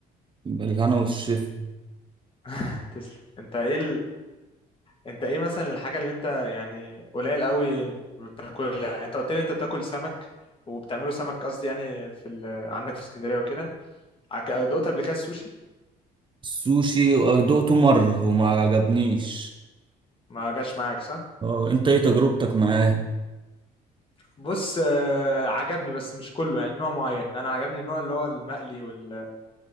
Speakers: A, on the right; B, on the left.
A: بالهنا والشفا
B: <laughs> تسلم انت ايه انت ايه مثلا الحاجة اللي انت يعني قليل قوي بتاكلها يعني انت قلت لي انت بتاكل سمك وبتعمله سمك قصدي يعني في ال... عندك في اسكندرية وكده عك- دقت قبل كده السوشي
A: السوشي دقته مرة وما عجبنيش
B: ما جاش معاك صح
A: اه انت ايه تجربتك معاه؟
B: بص آه، عجبني بس مش كله يعني نوع معين انا عجبني النوع اللي هو المقلي وال...